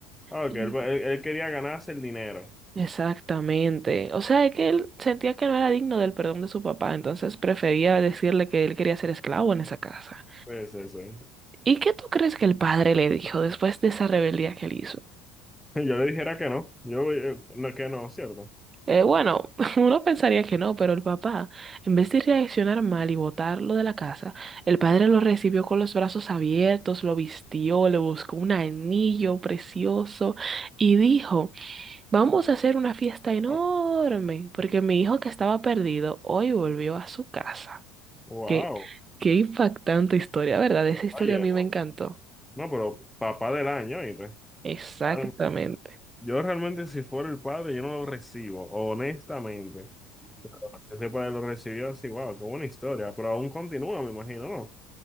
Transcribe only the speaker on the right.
Y-
Exactamente, o sea, es que él sentía que no era digno del perdón de su papá, entonces prefería decirle que él quería ser esclavo en esa casa.
¿Y qué tú crees que el padre le dijo después de esa rebeldía que él hizo?
Eh, bueno, <laughs> uno pensaría que no, pero el papá, en vez de reaccionar mal y botarlo de la casa, el padre lo recibió con los brazos abiertos, lo vistió, le buscó un anillo precioso y dijo, vamos a hacer una fiesta enorme,
porque mi hijo que estaba perdido hoy volvió a su casa.
Qué, qué impactante historia, ¿verdad? Esa historia
a mí
me encantó.
Exactamente.